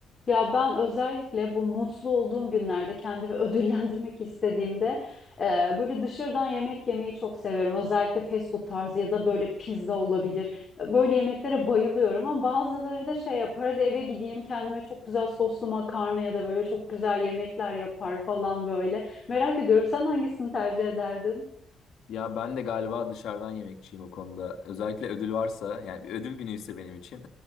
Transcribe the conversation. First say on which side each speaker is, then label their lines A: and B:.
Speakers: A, on the left (about 35°); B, on the left (about 70°).
A: Ya ben özellikle bu mutlu olduğum günlerde kendimi <laughs> ödüllendirmek istediğimde e, böyle dışarıdan yemek yemeyi çok seviyorum. Özellikle fast food tarzı ya da böyle pizza olabilir. Böyle yemeklere bayılıyorum ama bazıları da şey yapar. Hadi eve gideyim kendime çok güzel soslu makarna ya da böyle çok güzel yemekler yapar falan böyle. Merak ediyorum sen hangisini tercih ederdin?
B: Ya ben de galiba dışarıdan yemekçiyim o konuda. Özellikle ödül varsa yani bir ödül günü ise benim için